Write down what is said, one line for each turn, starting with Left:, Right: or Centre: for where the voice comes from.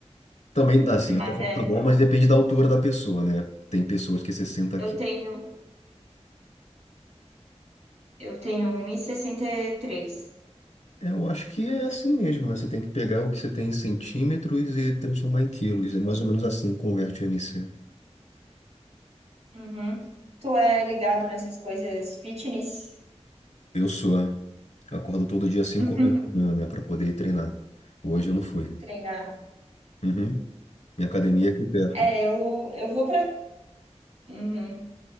Left: Também, assim,
Right: Mas,
Left: eu tô falando
Right: é,
Left: tá bom, mas depende da altura da pessoa, né? Tem pessoas que 60
Right: eu
Left: quilos.
Right: tenho, eu tenho 1,63.
Left: Eu acho que é assim mesmo, né? Você tem que pegar o que você tem em centímetros e transformar em quilos. É mais ou menos assim que converte o MC.
Right: Uhum. Tu é ligado nessas coisas fitness?
Left: Eu sou. Acordo todo dia 5
Right: <laughs>
Left: horas da manhã, né? Pra poder ir treinar. Hoje eu não fui.
Right: Treinar.
Left: Uhum. Minha academia é aqui perto.
Right: É, eu, eu vou pra, Uhum.